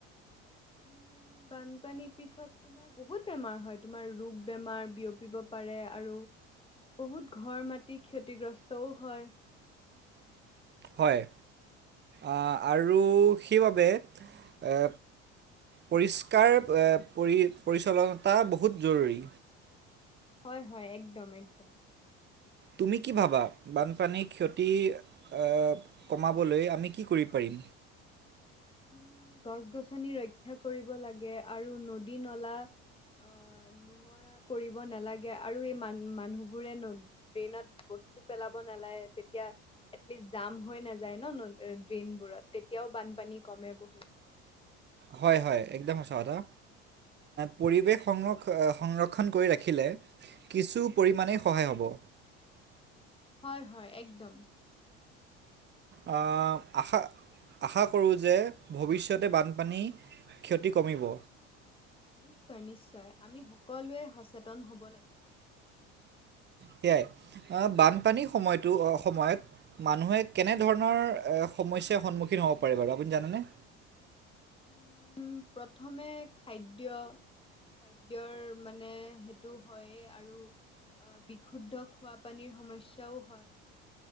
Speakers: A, on the left; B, on the right.
A: উম বানপানীৰ পিছত তোমৰ বহুত বেমাৰ হয় তোমাৰ ৰোগ বেমাৰ বিয়পিব পাৰে আৰু বহুত ঘৰ মাটি ক্ষতিগ্ৰস্তও হয়
B: হয় আ আৰু সেইবাবে এ পৰিষ্কাৰ এ পৰি পৰিচন্নতা বহুত জৰুৰী
A: হয় হয় একদম একদম
B: তুমি কি ভাবা বানপানীৰ ক্ষতি এ কমাবলৈ আমি কি কৰি পাৰি
A: উম গছ গছনি ৰক্ষা কৰিব লাগে আৰু নদী নলা আহ নোঙৰা কৰিব নালাগে আৰু এই মান মানুহবোৰে ড্ৰেইনৰ বস্তু পেলাব নালাগে তেতিয়া। এটলিষ্ট জাম হৈ নাযায় ন ড্ৰেইনবোৰত তেতিয়াও বানপানী কমে বহুত
B: হয় হয় একদম সঁচা কথা। পৰিৱেশ সংৰক্ষ সংৰক্ষণ কৰি ৰাখিলে। কিছু পৰিমাণেই সহায় হ'ব।
A: হয় হয় একদম।
B: অ আশা- আশা কৰোঁ যে ভৱিষ্যতে বানপানী, ক্ষতি কমিব।
A: নিশ্চয় নিশ্চয় আমি সকলোৱে সচেতন হ'ব লাগিব।
B: সেয়াই বানপানীৰ, সময়টো সময়ত মানুহে কেনেধৰণৰ সমস্যাৰ সন্মুখীন হ'ব পাৰে বাৰু আপুনি জানেনে।
A: উম প্ৰথমে খাদ্য। খাদ্যয়ৰ মানে সেইটো হয়েই আৰু অ বিশুদ্ধ খোৱাপানীৰ সমস্যাও হয়।